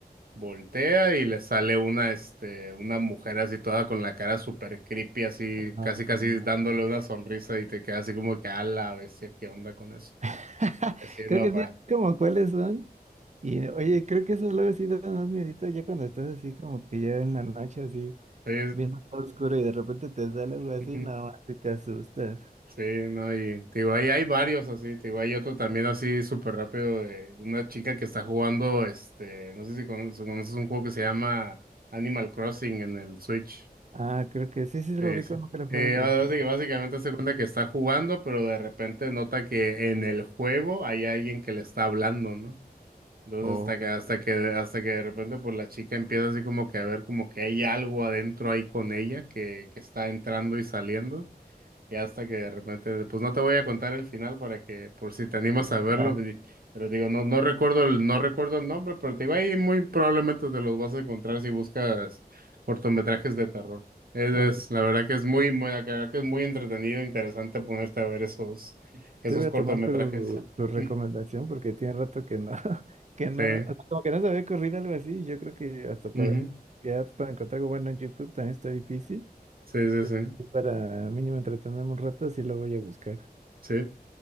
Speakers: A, on the right (about 65°); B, on the right (about 45°).
A: voltea y le sale una, este, una mujer así toda con la cara súper creepy, así,
B: No,
A: casi casi
B: no,
A: dándole
B: no.
A: una sonrisa y te queda así como que a la bestia, ¿qué onda con eso?
B: <laughs>
A: Así
B: Creo
A: no,
B: que
A: para.
B: sí, como cuáles son. Y oye,
A: Sí,
B: creo que eso luego sí da más miedito ya cuando estás así como que ya en la noche así,
A: sí,
B: viendo todo oscuro y de repente te sale algo así,
A: sí.
B: no, si te asustas.
A: Sí, no, y te digo, ahí hay varios así, te digo, hay otro también así súper rápido de una chica que está jugando, este, no sé si cono- si conoces, un juego que se llama Animal Crossing en el Switch.
B: Ah, creo que sí, sí lo
A: Sí,
B: vi
A: sí.
B: con un teléfono,
A: Eh,
B: por
A: así
B: ejemplo.
A: que básicamente se cuenta que está jugando, pero de repente nota que en el juego hay alguien que le está hablando, ¿no? Entonces
B: Oh,
A: hasta que, hasta que, hasta que de repente pues la chica empieza así como que a ver como que hay algo adentro ahí con ella que, que está entrando y saliendo. Y hasta que de repente, pues no te voy a contar el final para que, por si te animas a verlo,
B: va.
A: di- pero digo, no, no recuerdo el, no recuerdo el nombre, pero te digo, ahí muy probablemente te los vas a encontrar si buscas cortometrajes de terror. Es,
B: Oye,
A: es- la verdad que es muy, muy, la verdad que es muy entretenido, interesante ponerte a ver esos, esos
B: Sí, voy a
A: cortometrajes.
B: tomar tu, tu recomendación
A: <laughs>
B: porque tiene rato que no, <laughs> que no,
A: Sí,
B: o sea, como que no se me había ocurrido algo así. Yo creo que hasta para,
A: ujú,
B: ya para encontrar algo bueno en YouTube también está difícil.
A: Sí, sí, sí,
B: Y para mínimo entretenerme un rato, sí lo voy a buscar.
A: sí.